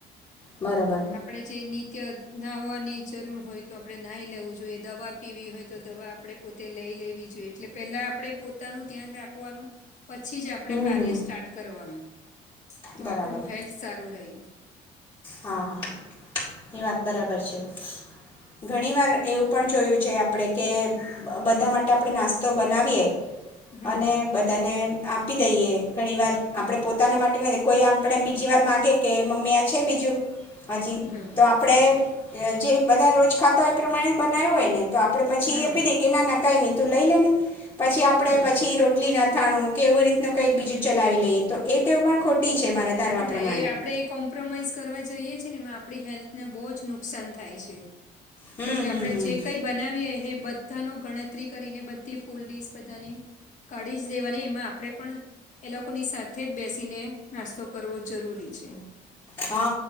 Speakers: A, on the left (about 25°); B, on the left (about 45°).
A: બરાબર.
B: આપણે જે નિત્ય નાહવાની જરૂર હોય તો આપણે નહીં લેવું જોઈએ દવા પીવી હોય તો દવા આપણે પોતે લઈ લેવી જોઈએ એટલે પહેલા આપણે પોતાનું ધ્યાન રાખવાનું. પછી જ આપણે
A: હમ
B: કાર્ય સ્ટાર્ટ કરવાનું. તો
A: બરાબર
B: આપણું હેલ્થ સારું રહી.
A: હા હા હા એ વાત બરાબર છે. ઘણી વાર એવું પણ જોયું છે આપણેે કે, બધા માટે આપણે નાસ્તો બનાવીએ.
B: હમ
A: અને બધાને આપી દઈએ. ઘણી વાર
B: હમ
A: આપડે પોતાના માટે કોઈ આપણે બીજી વાર માંગે કે મમ્મી આ છે બીજું. હાજી
B: હમ
A: તો આપડે જે બધા રોજ ખાતા હોય એ પ્રમાણે બનાવ્યું હોય ને. તો આપડે પછી
B: હા
A: એ આપી દઈએ કે ના કઈ ન તું લઈ લેને. પછી આપડણે
B: હમ
A: પછી રોટલી નાથાણું કેવું રીતે નું કંઈ બીજું ચલાવી લઈએ તો એ તેવ પણ ખોટી છે. મારા ધારવા
B: ના
A: પ્રમાણે
B: એ આપડે એ કોમ્પ્રોમાઈઝ કરવા જઈએ છે. છે ને એમાં આપણી હેલ્થને બહુ જ નુકસાન થાય છે.
A: હમ
B: એટલે
A: હમ
B: આપણે
A: હમ
B: જે કઈ બનાવીએ એ બધા ન ગણતરી કરીને બધી ફૂલ ડીશ બધાની, કાઢી જ દેવાની એમાં આપણે પણ એ લોકોની સાથે જ બેસીને નાસ્તો કરવો જરૂરી છે.
A: હા